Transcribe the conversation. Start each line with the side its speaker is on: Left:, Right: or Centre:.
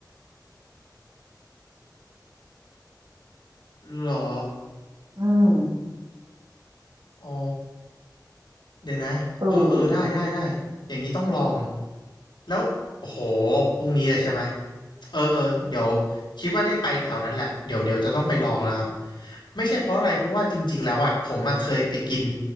Left: หรอ
Right: อืม
Left: อ๋อ เดี๋ยวนะเออเออได้ได้ได้อย่างนี้ต้องลอง
Right: เออ
Left: แล้วโอ้โหพรุ่งนี้เลยใช่ไหมเออเออเดี๋ยวคิดว่าได้ไปแถวนั้นแหละเดี๋ยวเดี๋ยวจะต้องไปลองแล้วครับไม่ใช่เพราะอะไรเพราะว่าจริงๆแล้วอ่ะผมมาเคยไปกิน